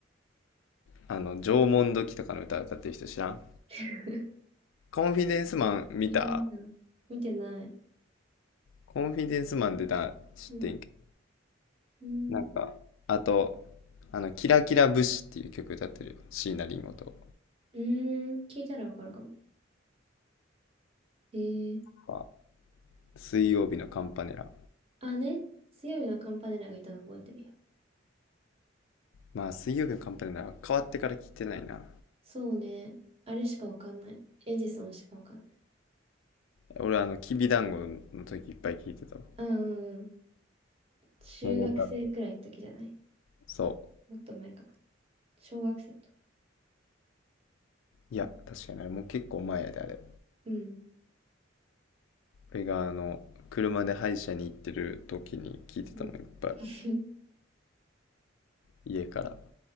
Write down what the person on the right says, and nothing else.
<laughs>
知らないな。見てない。
うん。うーん、
うーん聞いたらわかるかも。えー、
あ、ね。強いなカンパネラがいたの覚えてるよ。
そうね。あれしかわかんない。エジソンしかわかんない。
あうん、うん。中学生くらいの時じゃない。
もっと前かな。小学生とか。
うん。
うん。
<laughs>